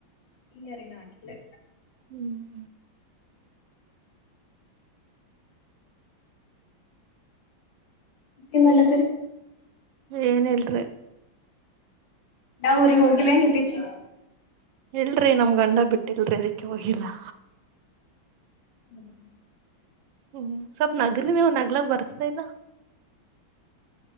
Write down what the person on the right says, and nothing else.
ಹ್ಮ್
ಏನಿಲ್ರಿ
ಇಲ್ರಿ ನಮ್ ಗಂಡ ಬಿಟ್ಟಿಲ್ರಿ ಅದಕ್ಕೆ ಹೋಗಿಲ್ಲಾ
ಹ್ಮ್ ಸ್ವಲ್ಪ್ ನಗ್ರಿ ನೀವು ನಗ್ಲಾಕ್ ಬರ್ತ ಇಲ್ಲ